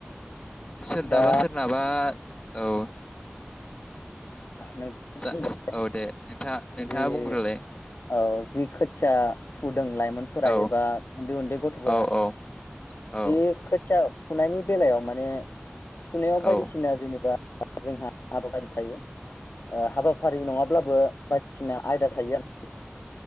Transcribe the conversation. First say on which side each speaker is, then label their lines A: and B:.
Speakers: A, on the left; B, on the left.
A: <inaudible> सोरनाबा
B: दा
A: सोरनाबा औ
B: नोंथां
A: जा औ दे नोंथाङा नोंथाङा
B: <unintelligible>
A: बुंग्रोलाय
B: खोथिया फुदों लाइमोनफोरा
A: औ
B: एबा उन्दै उन्दै गथ'फोरा
A: औ औ औ
B: बे खोथिया फुनायनि बेलायाव माने फुनायाव बायदिसिना
A: औ
B: जेनेबा जोंहा हाबाफारि थायो। आ हाबाफारि हाबाफारि नङाब्लाबो बाय बायदिसिना आयदा थायो आरो।